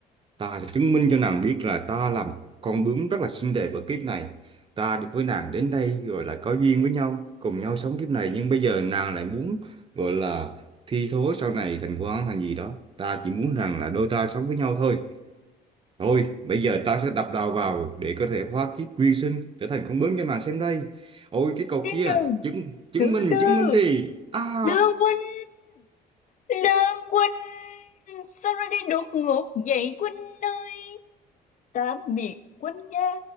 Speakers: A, on the right (about 30°); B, on the left (about 50°).
A: Ta sẽ chứng minh cho nàng biết là ta là một con bướm rất là xinh đẹp ở kiếp này. Ta được với nàng đến đây gọi là có duyên với nhau, cùng nhau sống kiếp này. Nhưng bây giờ nàng lại muốn gọi là thi thố sau này thành quan thành gì đó. Ta chỉ muốn rằng là đôi ta sống với nhau thôi. Thôi, bây giờ ta sẽ đập đầu vào để có thể hóa kiếp quy sinh trở thành con bướm cho nàng xem đây. Ôi cái cậu
B: trên
A: kia,
B: đường
A: chứng chứng
B: từ
A: minh
B: từ
A: chứng minh đi. À!
B: Lương huynh Lương huynh Sao ra đi đột ngột vậy huynh ơi tạm biệt Quân nha